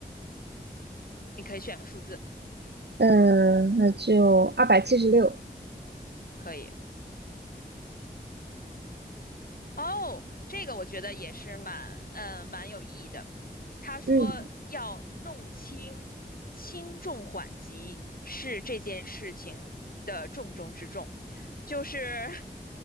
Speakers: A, on the left; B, on the right.
A: 你可以选个数字，
B: 呃，那就二百七十六。
A: 可以。哦，这个我觉得也是蛮嗯、呃蛮有意义的。他说要弄清轻重缓急是这件事情的重中之重，
B: 嗯
A: 就是 <laughs>